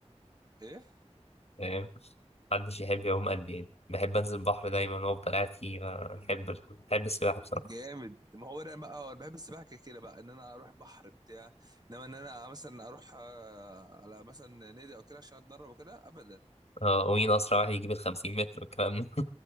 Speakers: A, on the right; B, on the left.
A: إيه
B: فاهم محدش يحب يعوم قد يعني بحب أنزل البحر دايما وأفضل قاعد فيه ما بحب بحب السباحة بصراحة
A: جامد ما هو أنا بقى آه، أنا بحب السباحة كده كده بقى إن أنا أروح بحر بتاع إنما إن أنا مثلا أروح آه، على مثلا نادي أو كده عشان أتدرب وكده أبدا
B: آه، ومين أسرع واحد يجيب الخمسين متر والكلام ده